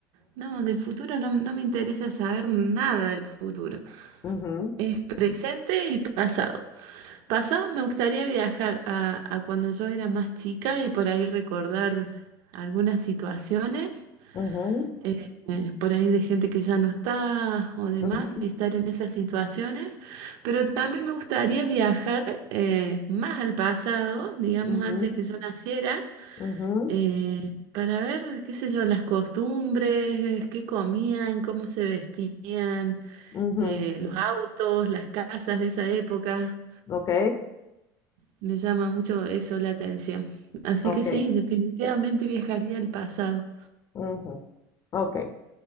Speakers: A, on the right (about 70°); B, on the left (about 40°).
A: No, del futuro no, no me interesa saber nada del futuro.
B: Ujú, ujú,
A: Es presente y pasado. Pasado me gustaría viajar a, a cuando yo era más chica y por ahí recordar algunas situaciones.
B: ujú, ujú,
A: eh, eh, por ahí de gente que ya no está o demás
B: ujú,
A: y estar en esas situaciones, pero también me gustaría viajar eh, más al pasado, digamos
B: Ujú,
A: antes que yo naciera,
B: ujú,
A: eh, para ver, qué sé yo, las costumbres, eh, qué comían, cómo se vestían,
B: ujú.
A: eh, los autos, las casas de esa época.
B: Ok,
A: Me llama mucho eso la atención. Así
B: ok,
A: que sí, definitivamente viajaría al pasado.
B: ujú, ok.